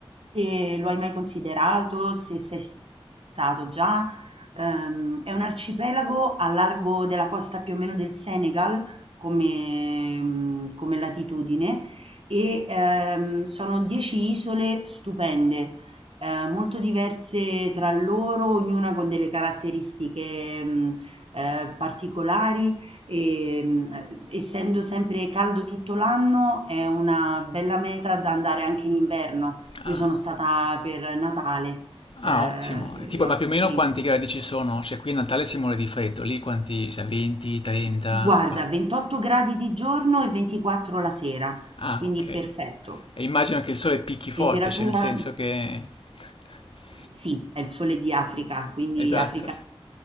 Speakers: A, on the right; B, on the left.
A: se lo hai mai considerato, se sei stato già. Ehm, è un arcipelago a largo della costa più o meno del Senegal come, mm, come latitudine e ehm, sono dieci isole stupende ehm, molto diverse tra loro, ognuna con delle caratteristiche, mhmm, ehm, particolari, ehm, ehm, essendo sempre caldo tutto l'anno è una bella meta da andare anche in inverno. Io
B: ah,
A: sono stata per Natale, ehm,
B: Ah, ottimo. E Tipo,
A: e ho
B: ma più o
A: sì,
B: meno quanti gradi ci sono? Se qui a Natale si muore di freddo, lì quanti? Cioè, 20, 30?
A: guarda,
B: Qua-
A: 28 gradi di giorno e 24 la sera,
B: Ah,
A: quindi
B: ok.
A: perfetto.
B: E immagino che il sole picchi forte,
A: Temperatura
B: cioè nel senso che... <laughs>
A: sì, è il sole di Africa, quindi
B: Esatto.
A: Africa